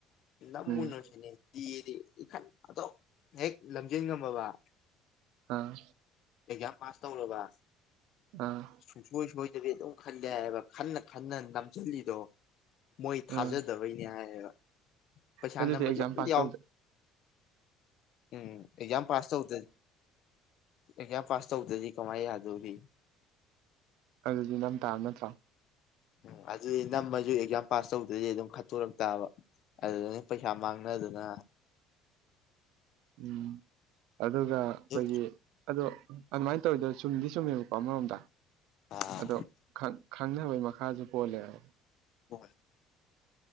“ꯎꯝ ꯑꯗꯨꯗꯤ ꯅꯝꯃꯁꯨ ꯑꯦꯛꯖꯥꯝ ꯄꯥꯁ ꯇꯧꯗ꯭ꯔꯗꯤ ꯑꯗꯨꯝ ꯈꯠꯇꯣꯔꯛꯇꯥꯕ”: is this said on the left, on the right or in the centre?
Left